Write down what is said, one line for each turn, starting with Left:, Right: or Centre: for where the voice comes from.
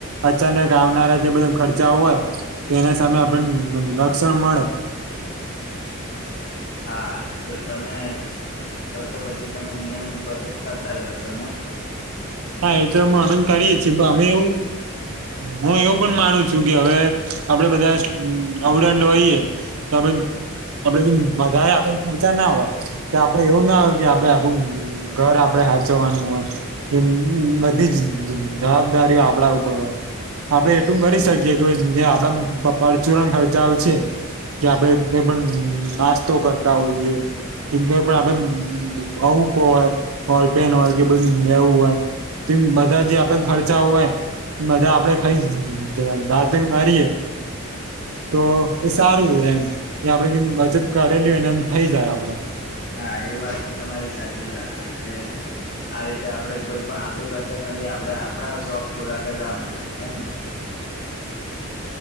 Right: અચાનક આવનારા જે બધા ખર્ચા હોય તો એના સામે આપણન રક્ષણ મળે.
Left: હા તો તમે તો તો પછી તમે નિયમિત બચત કરતા જ હશો ની?
Right: હા એ તો અમેન કરીએે છીએ પણ અમે એવું હું એવું પણ માનું છું કે હવે આપડે બધા અવડાંડ હોઈએ. તો આપે આપડે વધારે આપણને ખર્ચા ના હોય. કે આપડે એવું ના હોય કે આપડે આખું ઘર આપડે હાચવવાનું હોય. એમ બધી જ જવાબદારીઓ આપડા ઉપર હોય. આપડે એટલું કરી શકીએે કે જે આપડન પરચુરણ ખર્ચાઓ છે કે આપડે કઈ પણ નાસ્તો કરતા હોઈએ. કેમ કે પણ આપડે બહૂક હોય, બોલપેન હોય કે બધું નેવું હોય તીમ બધા જે આપન જે ખર્ચાઓ હોય. બધા આપડે ખાલી ધાતિંગ કરીએે તો એ સારું રે એમ. એ આપડે જેમ બચત કરેલી હોય એને એમ થઇ જાય આપડે.
Left: હા એ વાત તો તમારી સાચી જ વાત છે કે આવી રીતે આપણેે કોઈ પણ આપડી બાજુ તેમાંથી આપણા શોખ પૂરા કરવાના એમ ને